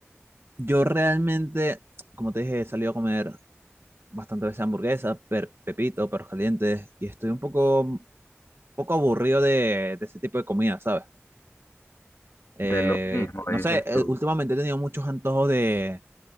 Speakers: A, on the right (about 55°); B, on the left (about 70°).
A: Yo realmente, como te dije, he salido a comer bastante veces hamburguesas, per- pepito, perros calientes, y estoy un poco, un poco aburrido de, de ese tipo de comida, ¿sabes? Eh,
B: De lo mismo,
A: no
B: dices
A: sé, eh,
B: tú.
A: últimamente he tenido muchos antojos de,